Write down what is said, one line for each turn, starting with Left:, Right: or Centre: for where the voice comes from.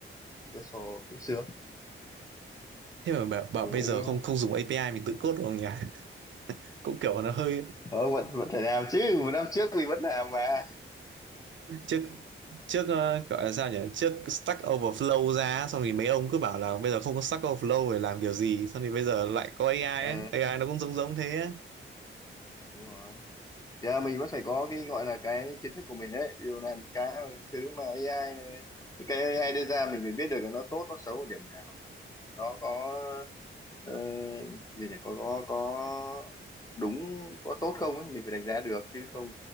Left: Cursor cũng sướng
Right: thế mà bảo, bảo
Left: dùng
Right: bây
Left: mấy
Right: giờ
Left: ờ,
Right: không không dùng API mình tự code được không nhỉ <laughs> cũng kiểu nó hơi
Left: Ờ, vẫn vẫn phải làm chứ một năm trước mình vẫn làm mà
Right: trước trước ờ, gọi là sao nhỉ trước Stack Overflow ra xong thì mấy ông cứ bảo là bây giờ không có Stack Overflow để làm kiểu gì xong thì bây giờ lại có AI ấy.
Left: Ờ,
Right: AI nó cũng giống giống thế ấy.
Left: đúng rồi giờ mình vẫn phải có cái gọi là cái kiến thức của mình đấy Dù dụ làm cái thứ mà AI này những cái AI đưa ra mình phải biết được là nó tốt nó xấu ở điểm nào nó có ờ, gì nhỉ có có có đúng có tốt không ấy mình phải đánh giá được chứ không